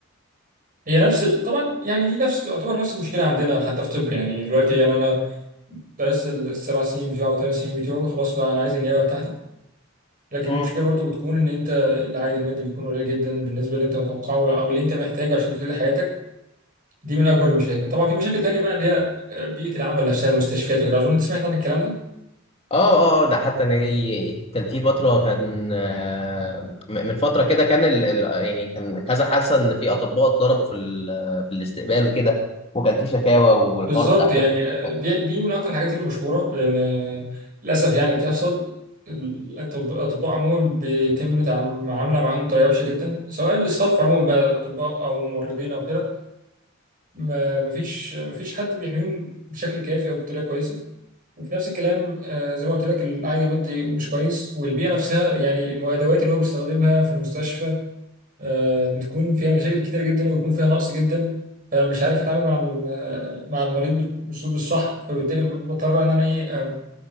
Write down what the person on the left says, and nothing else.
مم.
اه اه آه، ده حتى انا ي- كان في فتره كان آه، م- من فتره كده كان ال... ال- يعني كان كذا حادثه ان في اطباء اتضربوا في ال... في الاستقبال وكده وكان في شكاوى والحوار
بتاع هجرة
الأطباء.